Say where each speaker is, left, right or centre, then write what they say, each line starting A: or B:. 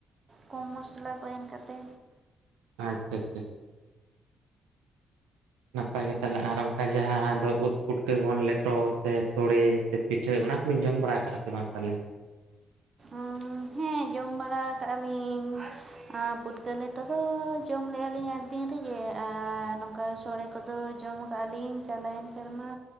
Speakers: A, on the right; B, on the right.
A: ᱠᱚᱢ ᱢᱚᱥᱞᱟ ᱠᱚ ᱮᱢ ᱠᱟᱛᱮ
B: ᱟᱪᱷᱟ ᱟᱪᱷᱟ ᱪᱷᱟ ᱱᱟᱯᱟᱭ ᱜᱮ ᱛᱟᱦᱚᱞᱮ ᱟᱨ ᱚᱱᱠᱟ ᱡᱟᱦᱟᱸ ᱫᱚ ᱩᱫ ᱯᱩᱴᱠᱟᱹ ᱜᱮᱵᱚᱱ ᱞᱮᱴᱚ ᱥᱮ ᱥᱚᱲᱮ ᱥᱮ ᱯᱤᱴᱷᱟᱹ ᱚᱱᱟ ᱠᱚᱵᱤᱧ ᱡᱚᱢ ᱵᱟᱲᱟ ᱟᱠᱟᱜᱼᱟ ᱥᱮ ᱵᱟᱝ ᱛᱟᱦᱚᱞᱮ
A: ᱚᱸ ᱦᱮᱸ ᱡᱚᱢ ᱵᱟᱲᱟ ᱠᱟᱜᱼᱟ ᱞᱤᱧ ᱟ ᱯᱩᱴᱠᱟᱹ ᱞᱮᱴᱚ ᱫᱚ ᱡᱚᱢ ᱞᱮᱫᱜᱼᱟ ᱞᱤᱧ ᱟᱰᱤ ᱫᱤᱱ ᱨᱮᱜᱮ ᱟᱨ ᱱᱚᱝᱠᱟ ᱥᱚᱲᱮ ᱠᱚᱫᱚ ᱡᱚᱢ ᱠᱟᱜᱼᱟ ᱞᱞᱤᱧ ᱪᱟᱞᱟᱣᱮᱱ ᱥᱮᱨᱢᱟ